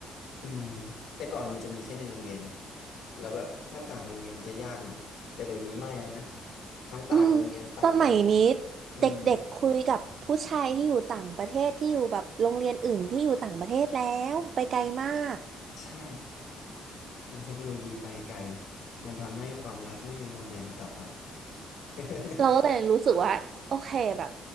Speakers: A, on the left; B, on the right.
A: อืมแต่ก่อนมันจะมีแค่ในโรงเรียนไงแล้วแบบถ้าต่างโรงเรียนจะยากหน่อยแต่เดี๋ยวนี้ไม่แล้วนะทั้งต่างโรงเรียนต่างจังหวัด
B: อืมสมัยนี้
A: อืม
B: เด็กๆคุยกับผู้ชายที่อยู่ต่างประเทศที่อยู่แบบโรงเรียนอื่นที่อยู่ต่างประเทศแล้วไปไกลมาก
A: ใช่มันเทคโนโลยีไปไกลมันทำให้ความลับไม่มีพรมแดนอีกต่อไป <laughs>
B: เราก็เลยรู้สึกว่าโอเคแบบ